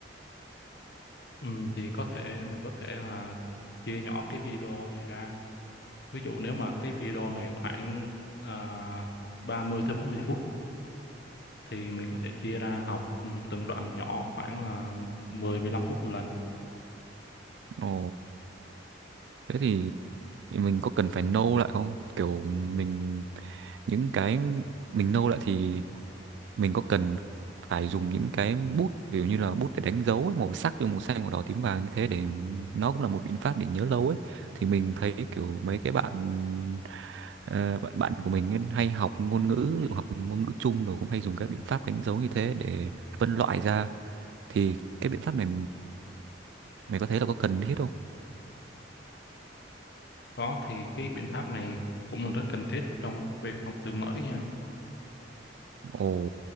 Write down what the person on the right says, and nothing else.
Ồ, thế thì thì mình có cần phải nâu lại không kiểu mình những cái mình nâu lại thì mình có cần phải dùng những cái bút ví dụ như là bút để đánh dấu ấy, màu sắc như màu xanh màu đỏ tím vàng như thế để nó cũng là một biện pháp để nhớ lâu ấy thì mình thấy kiểu mấy cái bạn ờ, bạn bạn của mình ấy, hay học ngôn ngữ ví dụ học ngôn ngữ chung rồi cũng hay dùng các biện pháp đánh dấu như thế để phân loại ra thì cái biện pháp này mày có thấy là có cần thiết không?
Ồ.